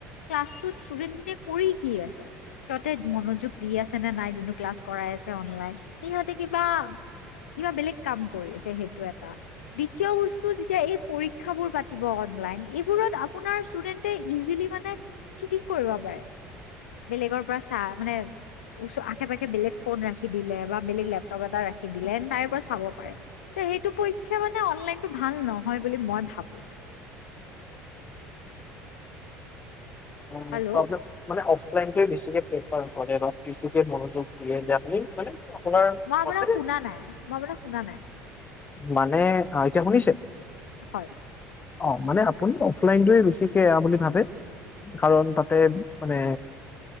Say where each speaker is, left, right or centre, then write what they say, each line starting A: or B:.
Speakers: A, on the left; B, on the left.
A: ক্লাছ টোত ইছতুদেনট খিনিয়ে কৰি কি আছে, সিহঁতে মনোযোগ দি আছে নে নাই? যোন ক্লাছ কৰাই আছে অনলাইন সিহঁতে কিবা কিবা বেলেগ কাম কৰি আছে সেইটো এটা দ্বিতীয় বস্তু যেতিয়া এই পৰীক্ষা বোৰ পাতিব অনলাইন এইবোৰত আপোনাৰ ষ্টুডেন্টে ইজিলি মানে চিটিং কৰিব পাৰে বেলেগৰ পৰা চা মানে আশে পাশে বেলেগ ফোন ৰাখি দিলে বা বেলেগ লেপটপ এটা ৰাখি দিলে তাইৰ পৰা চাব পাৰে সেইটো পৰীক্ষা মানে অনলাইনতটো ভাল নহয় বুলি মই ভাবো
B: অ
A: হেল্ল'
B: আপ মানে অ নে বেছিকে প্ৰেফাৰ কৰে বা বেছিকে মনোযোগ দিয়ে যে আপুনি মানে আপোনাৰ
A: মই আপোনাক
B: মতে
A: শুনা নাই মই আপোনাক শুনা নাই
B: মানে আহ এতিয়া শুনিছে?
A: হয়
B: অ মানে আপুনি অফলাইনটোৱে বেছিকে এ বুলি ভাবে কাৰণ তাতে মানে